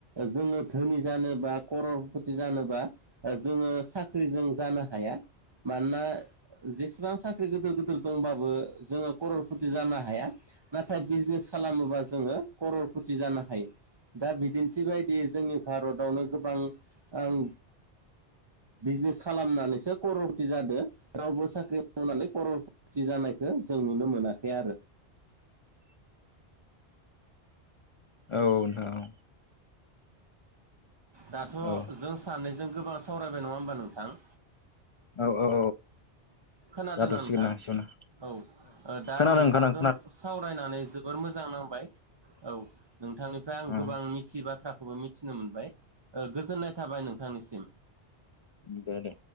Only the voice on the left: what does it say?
<inaudible>
<inaudible> औ नों
औ
औ औ
जाथ'सिगोन
ना एसेयावनो
खोनादों
खोनादों
खोनादों
दे दे